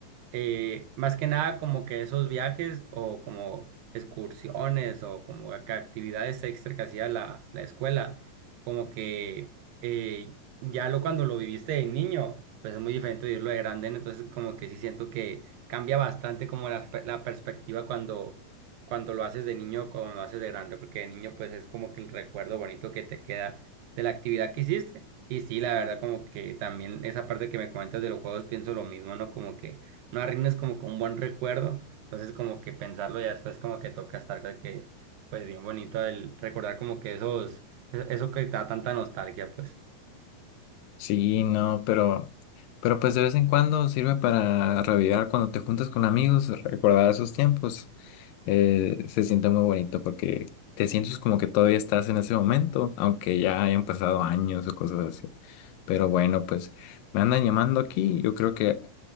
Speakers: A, on the right; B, on the left.
A: eh, más que nada como que esos viajes o como excursiones o como que actividades extra que hacía la, la escuela, como que eh, ya lo cuando lo viviste de niño, pues es muy diferente vivirlo de grande, ¿no? Entonces como que sí siento que cambia bastante como la, aspe- la perspectiva cuando, cuando lo haces de niño o cuando lo haces de grande, porque de niño pues es como que el recuerdo bonito que te queda de la actividad que hiciste. Y sí, la verdad, como que también esa parte que me comentas de los juegos pienso lo mismo, ¿no? Como que no arruines como con un buen recuerdo. Entonces como que pensarlo ya después como que toca estar de que, pues bien bonito el recordar como que esos, eso eso que te da tanta nostalgia, pues.
B: Sí, no, pero, pero pues de vez en cuando sirve para revivir cuando te juntas con amigos, recordar esos tiempos. eh, se siente muy bonito porque te sientes como que todavía estás en ese momento, aunque ya hayan pasado años o cosas así. Pero bueno, pues me andan llamando aquí, yo creo que,